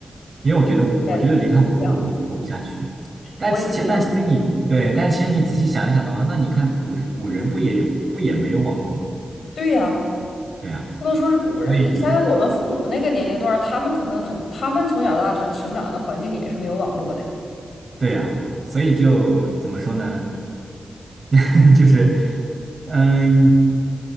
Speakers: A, on the right; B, on the left.
A: 因为我觉得我觉得离开网络我活不下去。
B: 也一样，
A: 但其但其实你对，
B: 我也一样。
A: 但其实你仔细想一想的话，那你看古古人不也有不也没有网络吗？
B: 对呀，
A: 对啊。
B: 不能说是古人，
A: 所以
B: 你想想我们父母那个年龄段儿他们可能很，他们从小到大长生长的环境也是没有网络的呀。
A: 对呀，所以就怎么说呢？<laughs> 就是，嗯，